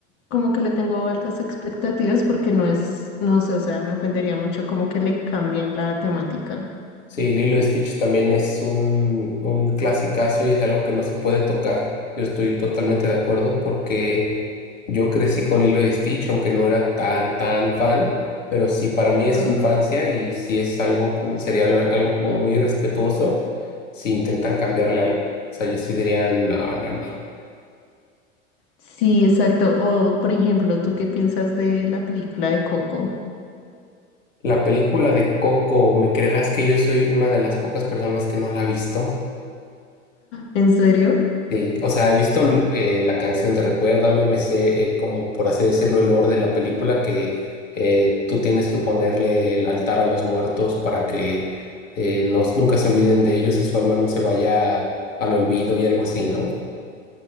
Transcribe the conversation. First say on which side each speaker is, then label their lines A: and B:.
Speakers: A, on the left (about 50°); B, on the left (about 75°).
A: como que le tengo altas expectativas porque no es, no sé, o sea, me ofendería mucho como que le cambien la temática.
B: Sí, Lilo y Stitch también es un, un clasicazo y es algo que no se puede tocar. Yo estoy totalmente de acuerdo porque yo crecí con Lilo y Stitch, aunque no era tan, tan fan, pero sí para mí
A: Ajá.
B: es infancia y sí es algo como, sería lo- algo como muy irrespetuoso si intentan cambiarle algo. O sea, yo sí diría, no, no, no.
A: Sí, exacto. O, por ejemplo, ¿tú qué piensas de la película de Coco?
B: La película de Coco, ¿me creerás que yo soy una de las pocas personas que no la ha visto?
A: ¿En serio?
B: Sí, o sea, he visto eh, la canción de Recuérdame, me sé eh, como por así decirlo el lore de la película que eh, tú tienes que ponerle el altar a los muertos para que eh, no, nunca se olviden de ellos y su alma no se vaya al olvido y algo así, ¿no?